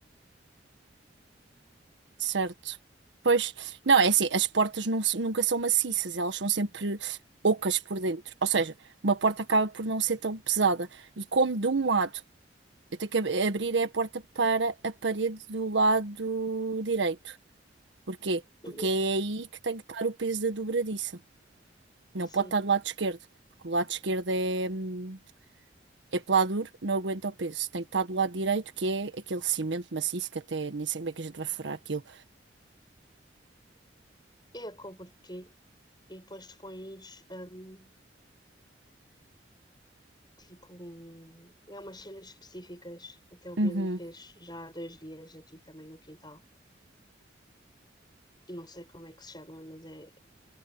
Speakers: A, on the right; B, on the left.
A: Certo. Pois, não, é assim, as portas não se- nunca são maciças, elas são sempre ocas por dentro. Ou seja, uma porta acaba por não ser tão pesada. E como de um lado eu tenho que ab- abrir é a porta para a parede do lado direito. Porquê?
B: Uhum,
A: Porque é aí que tem que estar o peso da dobradiça. Não
B: sim.
A: pode estar do lado esquerdo, porque o lado esquerdo é, hum, é peladuro, não aguenta o peso. Tem que estar do lado direito, que é aquele cimento maciço, que até nem sei como é que a gente vai furar aquilo.
B: É a couve de quê? E depois pões hum, tipo um, é umas cenas específicas. Até o Billy
A: Uhum.
B: fez já há dois dias aqui também no quintal. Não sei como é que se chama, mas é,